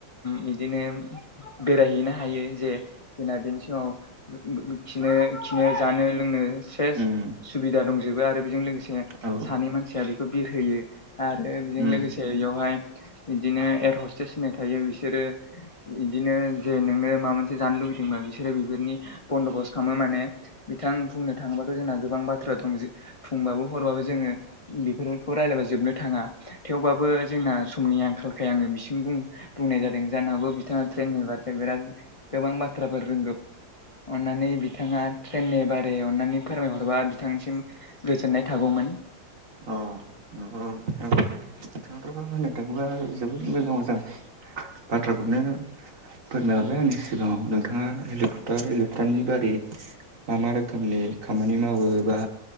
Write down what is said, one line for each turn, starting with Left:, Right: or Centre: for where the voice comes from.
Left: बिदिनो बेरायहैनो हायो जे जोंना बेनि समाव नो खिनो जानो लोंनो सेस
Right: उम
Left: सुबिदा दंजोबो आरो बेजों लोगोसे
Right: औ
Left: सानै मानसिया बेखौ बिरहोयो आरो बेजों
Right: उम
Left: लोगोसे बेयाव बिदिनो एरहसटेस होनाय थायो बिसोरो बिदिनो मा मोन जानो लुबैदोंबा बिसोरो बेफोरनि बन्द'बस खालामो माने बिथां बुंनो थाङोबाथ' जोंना गोबां बाथ्रा दं बुंबाबो हरबाबो जोङो बेफोरखौ रायलायबा जोबनो थाङा थेवबाबो जोंना समनि आंखालखाय आङो बिसिम बुं बुंनाय जादों जानो हागौ बिथाङा ट्रेननि बारखौ बिराद गोबां बाथ्रा रोंगौ अननानै बिथाङा ट्रेननि बारै अन्नानै फोरमायहरबा बिथांसिम गोजोननाय थागौमोन।
Right: अ नंगौ नोंथां। गोथ होननो थाङोबा जोबोद मोजां मोजां बाथ्राखौनो फोरमायहरबाय आंनि सिगाङाव नोंथाङा हेलिकप्टार हलिपटारनि बारि मा मा रोखोमनि खामानि मावो बा